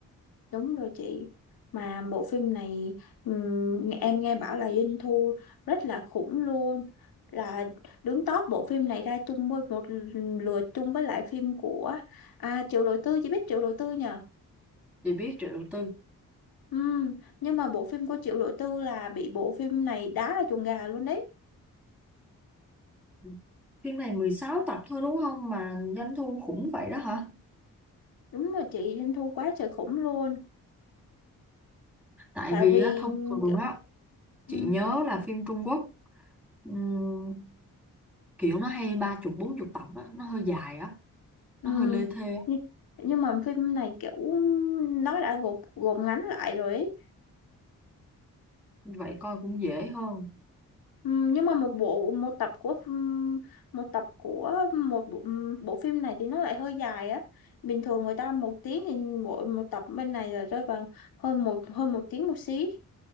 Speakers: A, on the left; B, in the centre.
A: Đúng rồi chị. Mà bộ phim này ừm, em nghe bảo là doanh thu rất là khủng luôn. Là đứng top bộ phim này ra chung với một lượt chung với lại phim của à Triệu Lộ Tư chị biết Triệu Lộ Tư nhờ.
B: chị biết Triệu Đầu Tư
A: Ừm, nhưng mà bộ phim của Triệu Lộ Tư là bị bộ phim này đá là chuồng gà luôn đấy.
B: Ừ. phim này 16 tập thôi đúng không mà doanh thu khủng vậy đó hả
A: Đúng rồi chị, doanh thu quá trời khủng luôn.
B: Tại
A: Tại
B: vì
A: vì
B: á, thông thường
A: kiểu
B: á, chị
A: ừm,
B: nhớ là phim Trung Quốc ừm, kiểu nó hay ba chục bốn chục tập á, nó hơi dài á,
A: ừm,
B: nó hơi lê thê á.
A: nhưng nhưng mà phim này kiểu nó đã gộp gộp ngắn lại rồi ấy.
B: Vậy coi cũng dễ hơn.
A: Ừm, nhưng mà một bộ một tập của phim- một tập của một bộ, ừm, bộ phim này thì nó lại hơi dài á bình thường người ta một tiếng thì mỗi một tập bên này là rơi vào hơn một hơn một tiếng một xí